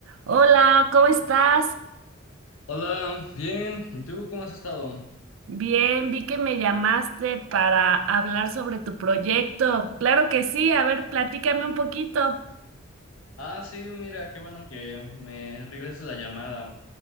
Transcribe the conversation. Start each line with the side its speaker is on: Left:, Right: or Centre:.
Right: Hola, ¿cómo estás?
Left: Hola, bien. ¿Y tú cómo has estado?
Right: Bien, vi que me llamaste para hablar sobre tu proyecto. Claro que sí, a ver, platícame un poquito.
Left: Ah, sí, mira, qué bueno que me regreses la llamada.